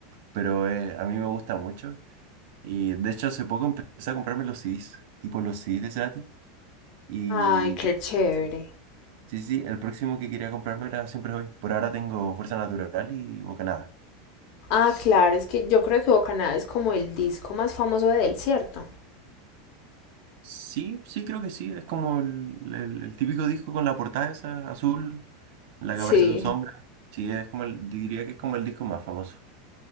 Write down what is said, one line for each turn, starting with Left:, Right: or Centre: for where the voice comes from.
Right: Pero eh, a mí me gusta mucho. Y de hecho hace poco empecé a comprarme los CDs, tipo los CDs de Cerati. Y
Left: Ay, qué chévere.
Right: Sí, sí, el próximo que quería comprarme era Siempre Hoy. Por ahora tengo Fuerza Natural y Bocanada.
Left: Ah, claro, es que yo creo que Bocaná es como el disco más famoso de él, ¿cierto?
Right: Sí, sí, creo que sí. Es como el, el- el típico disco con la portada esa azul, en la
Left: Sí.
Right: que aparece su sombra. Sí, es como el, diría que es como el disco más famoso.